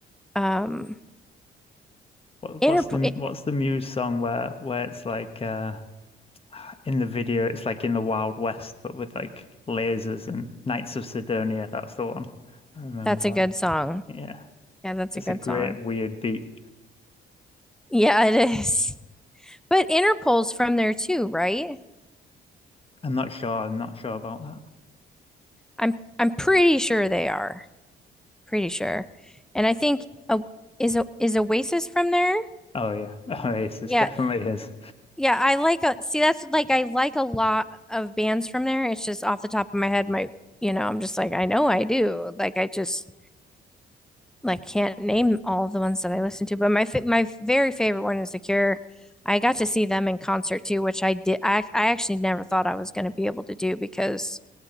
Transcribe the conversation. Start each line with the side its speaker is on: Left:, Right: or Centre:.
Centre: Um,
Left: What,
Centre: Interpol,
Left: what's the
Centre: eh,
Left: what's the Muse song where where it's like uh in the video it's like in the Wild West but with like lasers and Knights of Sidonia, that's the one. I remember
Centre: that's a good song.
Left: Yeah,
Centre: Yeah, that's
Left: it's
Centre: a good
Left: a great
Centre: song.
Left: weird beat.
Centre: Yeah, it is. <laughs> But Interpol's from there too, right?
Left: I'm not sure. I'm not sure about that.
Centre: I'm I'm pretty sure they are. Pretty sure. And I think uh, is O- is Oasis from there?
Left: Oh yeah, <laughs> Oasis
Centre: Yeah,
Left: definitely is.
Centre: Yeah, I like a see that's like I like a lot of bands from there. It's just off the top of my head, my you know, I'm just like I know I do. Like I just like can't name all of the ones that I listen to, but my fa my very favorite one is The Cure. I got to see them in concert too, which I did I I actually never thought I was going to be able to do because,